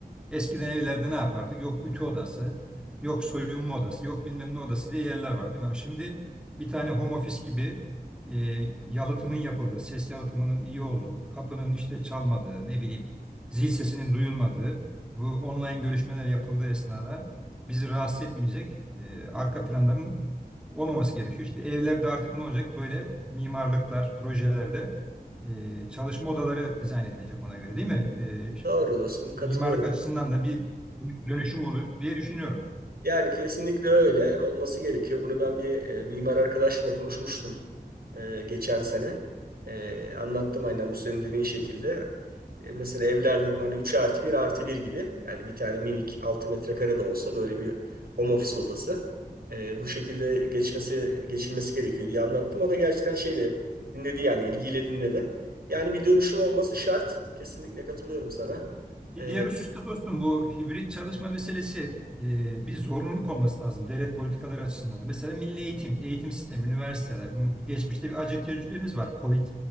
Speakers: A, in the centre; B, on the right.
A: eskiden evlerde ne yapardık? Yok ütü odası, yok soyunma odası, yok bilmem ne odası diye yerler var değil mi? Ama şimdi bir tane home office gibi e, yalıtımın yapıldığı, ses yalıtımının iyi olduğu, kapının işte çalmadığı, ne bileyim zil sesinin duyulmadığı bu online görüşmeler yapıldığı esnada bizi rahatsız etmeyecek e, arka planların olmaması gerekiyor. İşte evlerde artık ne olacak? Böyle mimarlıklar, projelerde e, çalışma odaları dizayn edilecek ona göre değil mi? E, ş-
B: Doğru dostum
A: mimarlık
B: katılıyorum.
A: açısından da bir dönüşüm olur diye düşünüyorum.
B: Yani kesinlikle öyle olması gerekiyor. Bunu ben bir e, mimar arkadaşla da konuşmuştum e, geçen sene. E, anlattım aynen bu senin dediğin şekilde. E, mesela evler dedim hani 3 artı 1 artı 1 gibi. Yani bir tane minik 6 metrekare de olsa böyle bir home office odası. E, bu şekilde geçmesi geçilmesi gerekiyor diye anlattım. O da gerçekten şeyle dinledi yani ilgiyle dinledi. Yani bir dönüşüm olması şart. Kesinlikle katılıyorum sana.
A: Bir
B: E,
A: diğer husus da dostum bu hibrit çalışma meselesi e, bir zorunluluk olması lazım devlet politikaları açısından da. Mesela milli eğitim, eğitim sistemi, üniversiteler. m- Geçmişte bir acı tecrübemiz var. Covid